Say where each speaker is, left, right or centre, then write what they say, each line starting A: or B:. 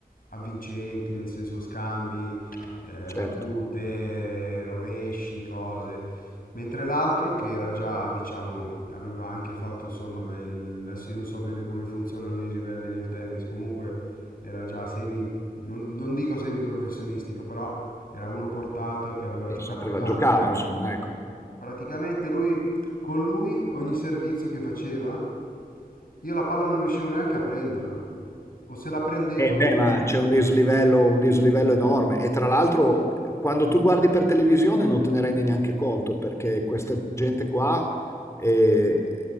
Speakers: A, on the left; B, on the left.
A: avvincenti, nel senso scambi, eh,
B: Certo.
A: battute, rovesci, cose, mentre l'altro che era già, diciamo, aveva anche fatto, insomma, del... adesso io non so bene come funzionano i livelli nel tennis, comunque era già semi, non, non dico semiprofessionistico, però era uno portato che aveva
B: E
A: giocato
B: sapeva,
A: tanto.
B: giocava, insomma, ecco.
A: Praticamente lui, con lui, ogni servizio che faceva, io la palla non riuscivo neanche a prenderla. O se la prendevo...
B: Eh beh, ma c'è un dislivello, un dislivello enorme e tra l'altro eh, quando tu guardi per televisione non te ne rendi neanche conto perché questa gente qua è,